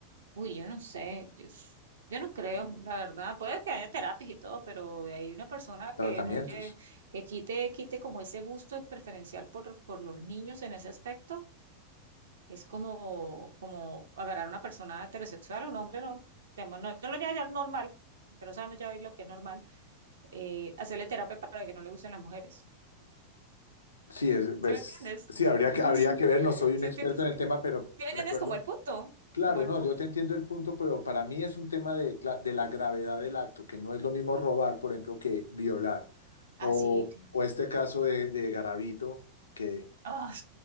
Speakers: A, on the right; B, on the left.
A: uy, yo no sé, yo, s- yo no creo, la verdad, puede que haya terapias y todo, pero hay una persona que
B: tratamientos.
A: no lle- que quite, quite como ese gusto preferencial por, por los niños en ese aspecto, es como, como agarrar a una persona heterosexual, un hombre, no, digamos, no, yo lo llamo ya normal, que no sabemos ya hoy lo que es normal eh, hacerle terapia para que no le gusten las mujeres.
B: Sí, es- pues,
A: ¿Sí me entiendes?
B: sí,
A: <laughs>
B: habría que, habría
A: Sí,
B: que ver, no soy un
A: sí
B: experto
A: entiendes?
B: en el tema, pero
A: sí me
B: recuerdo,
A: entiendes como el punto,
B: claro,
A: como el
B: no,
A: punto.
B: yo te entiendo el punto, pero para mí es un tema de, cla- de la gravedad del acto, que no es lo mismo robar, por ejemplo, que violar,
A: Así,
B: o,
A: claro.
B: o este caso de, de Garavito, que
A: Ah,